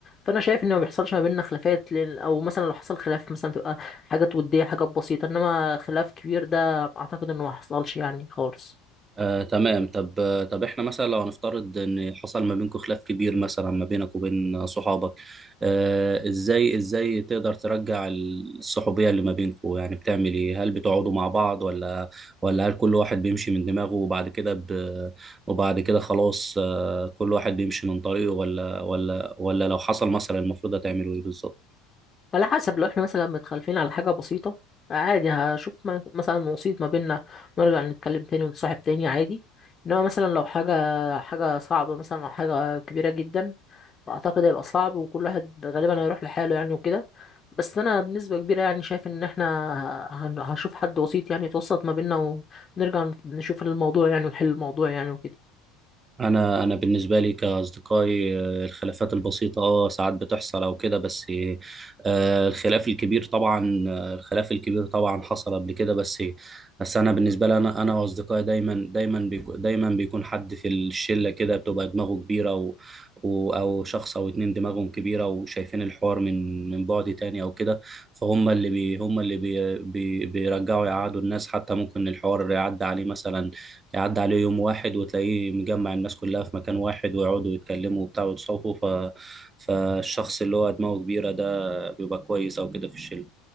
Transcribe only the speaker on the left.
فانا شايف ان ما بيحصلش ما بيننا خلافات لان او مثلا لو حصل خلاف مثلا تبقى حاجات وديه حاجات بسيطه انما خلاف كبير ده اعتقد انه ما حصلش يعني خالص
على حسب لو احنا مثلا متخالفين على حاجة بسيطة عادي هشوف م- مثلا وسيط ما بيننا ونرجع نتكلم تاني ونتصاحب تاني عادي انما مثلا لو حاجة حاجة صعبة مثلا او حاجة كبيرة جدا فاعتقد هيبقى صعب وكل واحد غالبا هيروح لحاله يعني وكده بس انا بنسبة كبيرة يعني شايف ان احنا ه- هن- هشوف حد وسيط يعني يتوسط ما بيننا ونرجع نت- نشوف الموضوع يعني ونحل الموضوع يعني وكده